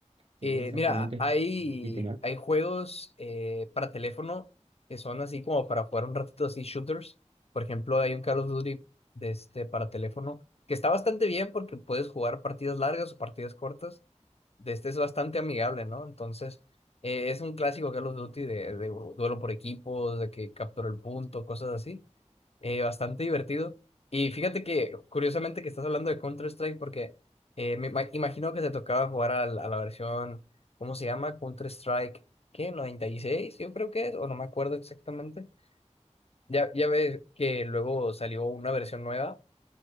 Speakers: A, on the right; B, on the left.
A: sí,
B: Eh,
A: exactamente.
B: mira, hay,
A: Y si tenés
B: hay juegos eh, para teléfono que son así como para jugar un ratito así shooters. Por ejemplo, hay un Call of Duty de este, para teléfono que está bastante bien porque puedes jugar partidas largas o partidas cortas. De este es bastante amigable, ¿no? Entonces, eh, es un clásico Call of Duty de, de duelo por equipos, de que captura el punto, cosas así eh, bastante divertido. Y fíjate que, curiosamente, que estás hablando de Counter-Strike porque eh, me ima- imagino que te tocaba jugar al- a la, versión, ¿cómo se llama? Counter-Strike, ¿qué? ¿96? Yo creo que es, o no me acuerdo exactamente. Ya, ya ves que luego salió una versión nueva